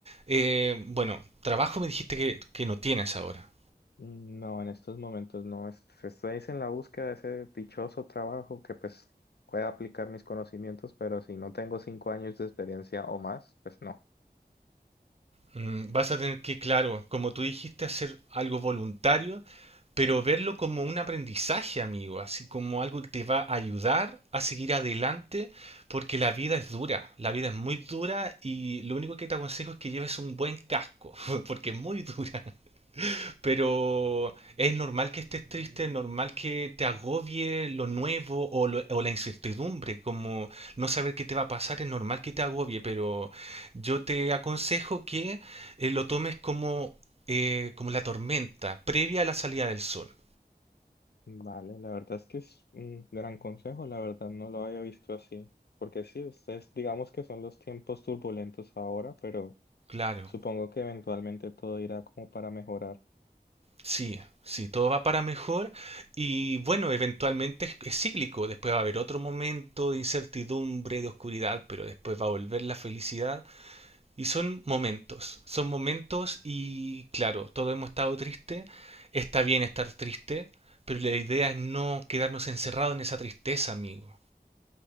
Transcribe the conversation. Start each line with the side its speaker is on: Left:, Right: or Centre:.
Right: eh, bueno, trabajo me dijiste que, que no tienes ahora.
Left: Mm, No, en estos momentos no. Es- Estoy es en la búsqueda de ese dichoso trabajo que pues pueda aplicar mis conocimientos, pero si no tengo cinco años de experiencia o más, pues no.
Right: Mm, Vas a tener que, claro, como tú dijiste, hacer algo voluntario, pero verlo como un aprendizaje, amigo, así como algo que te va a ayudar a seguir adelante, porque la vida es dura, la vida es muy dura y lo único que te aconsejo es que lleves un buen casco, <laughs> porque es muy dura. Pero es normal que estés triste, es normal que te agobie lo nuevo o, lo- o la incertidumbre, como no saber qué te va a pasar, es normal que te agobie, pero yo te aconsejo que eh, lo tomes como, eh, como la tormenta previa a la salida del sol.
Left: Vale, la verdad es que es un gran consejo, la verdad no lo había visto así, porque sí, ustedes digamos que son los tiempos turbulentos ahora, pero
Right: Claro,
Left: supongo que eventualmente todo irá como para mejorar.
Right: sí, sí, todo va para mejor y bueno, eventualmente es, es cíclico, después va a haber otro momento de incertidumbre, de oscuridad, pero después va a volver la felicidad Y son momentos, son momentos y claro, todos hemos estado tristes, está bien estar triste, pero la idea es no quedarnos encerrados en esa tristeza, amigo.